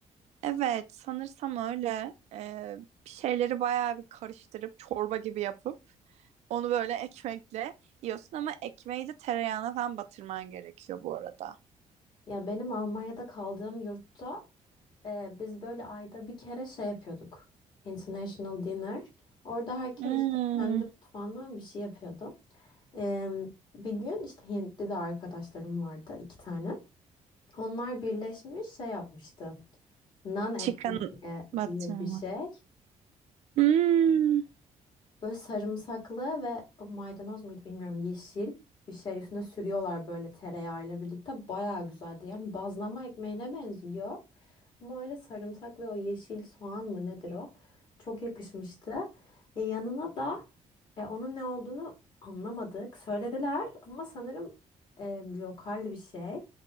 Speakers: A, on the right; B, on the left.
A: Evet, sanırsam öyle. Ee, bir şeyleri bayağı bir karıştırıp çorba gibi yapıp Onu böyle ekmekle yiyorsun ama ekmeği de tereyağına falan batırman gerekiyor bu arada.
B: Ya benim Almanya'da kaldığım yurtta e, biz böyle ayda bir kere şey yapıyorduk. International Dinner. Orada herkes
A: Hmm.
B: işte kendi mutfağından bir şey yapıyordu. E, bir gün işte Hintli de arkadaşlarım vardı iki tane. Onlar birleşmiş şey yapmıştı. Nan ekmeği
A: Chicken batırma.
B: diye bir şey.
A: Hmm.
B: Böyle sarımsaklı ve maydanoz muydu bilmiyorum yeşil bir şey üstüne sürüyorlar böyle tereyağıyla birlikte. bayağı güzeldi. Yani bazlama ekmeğine benziyor. Ama öyle sarımsak ve o yeşil soğan mı nedir o? Çok yakışmıştı. E, yanına da e, onun ne olduğunu anlamadık. Söylediler ama sanırım e, lokal bir şey.